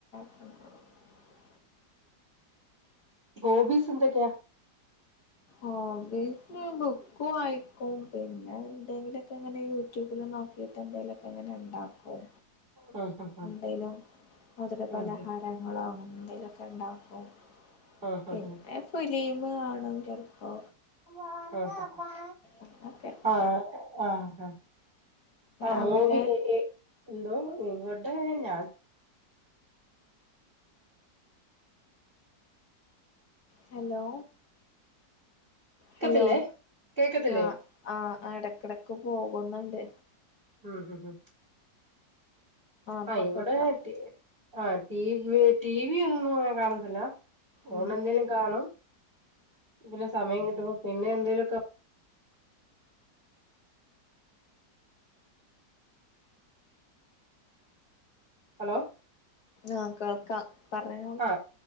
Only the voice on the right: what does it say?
ഹോബിസ് എന്തൊക്കെയ?
ആഹ് ഹ ഹ
ആഹ് ഹ
ആഹ് ഹ
ഹ
ആഹ്,
ആഹ് ആഹ് ആഹ്
മൂവി ഇ, ഇ എന്തോ ഇവടെ ഞാൻ
കേക്കത്തില്ലേ
കേക്കത്തില്ലേ
ഉം ഉം ഉം
ആഹ് ഇവിടെ
ആഹ് ടി വി ടി വി ഒന്നും കാണത്തില്ല
ഓണെന്തേലും കാണോ വെലെ സമയം കിട്ടുമ്പോ പിന്നെ എന്തേലുക്കെ ഹലോ
ആഹ്